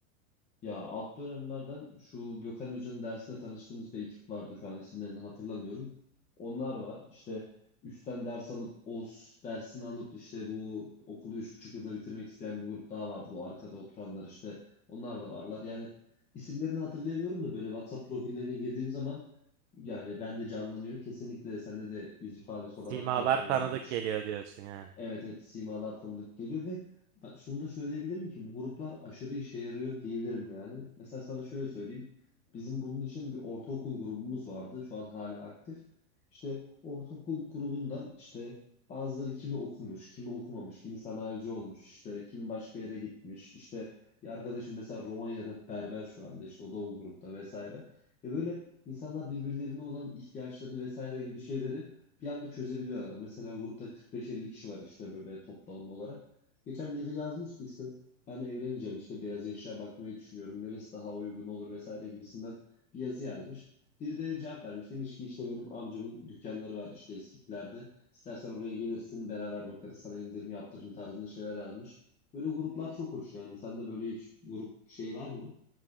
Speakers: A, on the left (about 15°); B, on the right (about 50°).
A: Ya alt dönemlerden şu Gökhan Hoca'nın dersinde tanıştığımız bir ekip vardı. Şu an isimlerini hatırlamıyorum. Onlar var. İşte üstten ders alıp OS dersini alıp işte bu okulu üç buçuk yılda bitirmek isteyen bir grup daha vardı. Bu arkada oturanlar işte onlar da varlar. Yani isimlerini hatırlayamıyorum da böyle WhatsApp profillerine girdiğim zaman yani ben de canlanıyor. Kesinlikle sende de yüz ifadesi olarak
B: Simalar
A: canlanıyordur
B: tanıdık
A: bu
B: geliyor diyorsun yani.
A: Evet evet simalar tanıdık geliyor ve ben şunu da söyleyebilirim ki bu gruplar aşırı işe yarıyor diyebilirim yani. Mesela sana şöyle söyleyeyim. Bizim bunun için bir ortaokul grubumuz vardı. Şu an hala aktif. İşte ortaokul grubundan işte bazıları kimi okumuş, kimi okumamış, kimi sanayici olmuş, işte kimi başka yere gitmiş. İşte bir arkadaşım mesela Romanya'da berber şu anda işte o da o grupta vesaire. Ya böyle insanlar birbirlerine olan ihtiyaçlarını vesaire gibi şeyleri bir anda çözebiliyorlar. Mesela grupta 45-50 kişi var işte böyle toplam olarak. Geçen biri yazmış ki işte ben evleneceğim işte beyaz eşya bakmayı düşünüyorum. Neresi daha uygun olur vesaire gibisinden bir yazı yazmış. Biri de cevap vermiş. Demiş ki işte benim amcamın dükkanları var işte Eskitler'de. İstersen oraya gelirsin beraber bakarız sana indirim yaptırırım tarzında şeyler yazmış. Böyle gruplar çok hoş yani. Sende böyle hiç grup şey var mı?